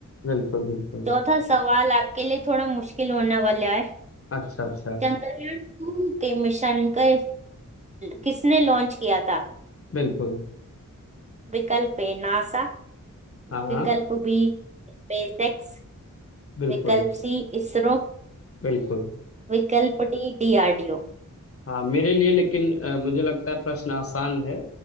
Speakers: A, on the left; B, on the right.
A: बिल्कुल बिल्कुल
B: चौथा सवाल आपके लिए थोड़ा मुश्किल होने वाला है
A: अच्छा अच्छा
B: चंद्रयान टू के मिशन का किसने लॉन्च किया था
A: बिल्कुल
B: विकल्प ए नासा
A: हाँ
B: विकल्प बी स्पेसएक्स
A: बिल्कुल
B: विकल्प सी इसरो
A: बिल्कुल
B: विकल्प डी डीआरडीओ
A: हाँ मेरे लिए लेकिन अ, मुझे लगता है प्रश्न आसान है